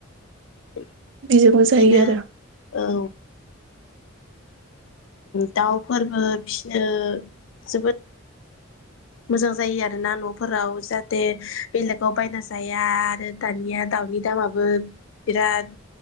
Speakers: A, on the left (about 70°); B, on the right (about 60°).
A: बिदिनो
B: बेजोंबो जायो आरो
A: औ दाउफोरबो फिसिनो जोबोद मोजां जायो आरोना न'फोराव जाहाथे बेलेगाव बायना जाया आरो दानिया दाउनि दामाबो बिराद